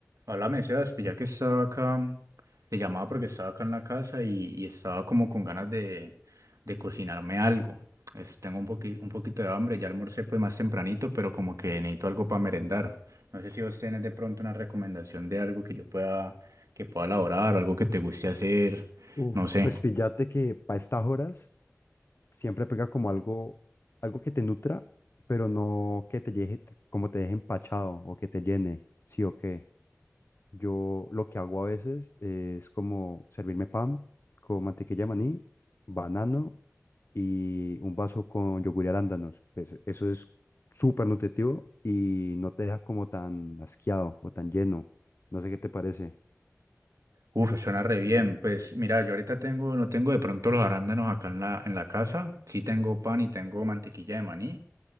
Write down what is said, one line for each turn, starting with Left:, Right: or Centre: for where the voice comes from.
Right: Háblame, Sebas, pues ya que estaba acá, te llamaba porque estaba acá en la casa y, y estaba como con ganas de, de cocinarme algo. Es- tengo un poqui- un poquito de hambre, ya almorcé pues más tempranito, pero como que necesito algo para merendar. No sé si vos tenés de pronto una recomendación de algo que yo pueda, que pueda elaborar o algo que te guste hacer,
Left: Uf,
Right: no sé.
Left: pues píllate que para estas horas siempre pega como algo, algo que te nutra, pero no que te deje, como te deje empachado o que te llene, sí o qué. Yo lo que hago a veces es como servirme pan con mantequilla de maní, banano y un vaso con yogur y arándanos. Pues eso es súper nutritivo y no te deja como tan asqueado o tan lleno. No sé qué te parece.
Right: Uf, suena re bien. Pues mira, yo ahorita tengo, no tengo de pronto los arándanos acá en la, en la casa. Sí tengo pan y tengo mantequilla de maní.